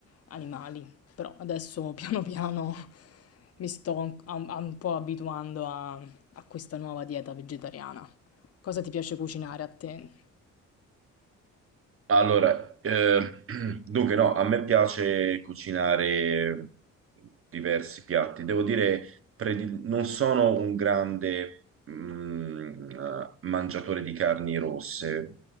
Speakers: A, on the left; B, on the right.
A: animali. Però adesso <laughs> piano piano mi sto un, a- a- un po' abituando a, a questa nuova dieta vegetariana. Cosa ti piace cucinare a te?
B: Allora, eh, <clears throat> dunque no, a me piace cucinare diversi piatti. Devo dire, predi- non sono un grande mm, eh, mangiatore di carni rosse.